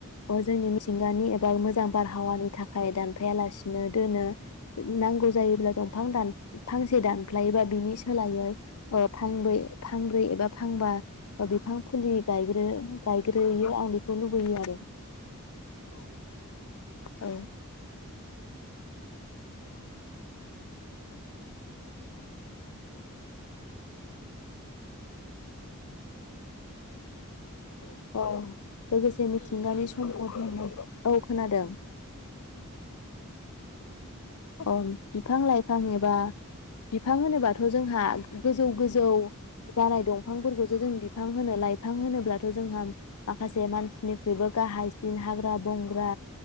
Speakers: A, on the left; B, on the left.
A: अ जोंनि मिथिंगानि एबा मो जा बारहावानि थाखाय दानफाया लासिनो दोनो नांगौ जायोब्ला दंफां दान फांसे दानफ्लायोबा बिनि सोलायै अ फांबै फांब्रै एबा फांबा ओ बिफां फुलि गायग्रो। गायग्रोहोयो आं खौ लुबोयो आरो
B: औ औ
A: औ
B: हेलौ
A: अ लोगोसे मिथिंगानि
B: औ खोनादोंना
A: समखौ
B: नोंथां?
A: औ खोनादों।
B: औ
A: अ बिफां लाइफां एबा बिफां होनोबाथ' जोंहा गोजौ गोजौ जानाय दंफांफोरखौसो जों बिफां होनो लाइफां होनोब्लाथ' जोंहा माखासे मानसिनिख्रुइबो गाहायसिन हाग्रा ग्रा बंग्रा